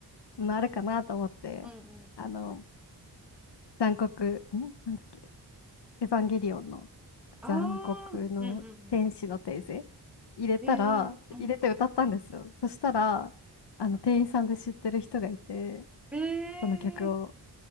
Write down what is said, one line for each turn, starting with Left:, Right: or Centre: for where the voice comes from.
Left: のあるかなと思って、
Centre: うんうん。
Left: あの、残酷、んなんだっけ、エヴァンゲリオンの
Centre: あ
Left: 残酷の天使のテーゼ
Centre: あ、うんうん
Left: 入れたら、
Centre: うん。えー、うん。
Left: 入れて歌ったんですよ。そしたら、あの、店員さんで知ってる人がいて、
Centre: えー、
Left: その曲を、